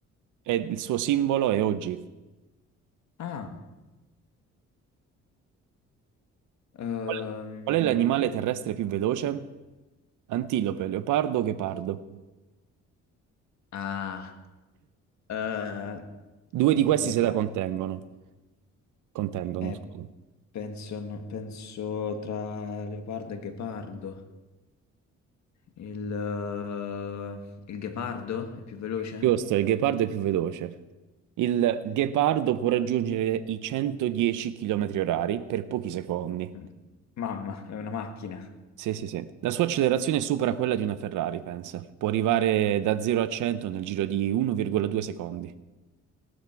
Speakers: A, on the right (about 80°); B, on the left (about 65°).
A: e il suo simbolo è OG.
B: Ah, ehm,
A: Qual qual è l'animale terrestre più veloce? Antilope, leopardo, ghepardo.
B: ah, eh,
A: Due di questi
B: leopardo.
A: se la contengono. Contendono,
B: Eh,
A: scusa.
B: penso, no- penso tra leopardo e ghepardo. Il, eh, il ghepardo è più veloce?
A: Giusto, il ghepardo è più veloce. Il ghepardo può raggiungere i 110 km orari per pochi secondi.
B: Mm. Mamma, è una macchina.
A: Sì, sì, sì. La sua accelerazione supera quella di una Ferrari, pensa. Può arrivare da 0 a 100 nel giro di 1,2 secondi.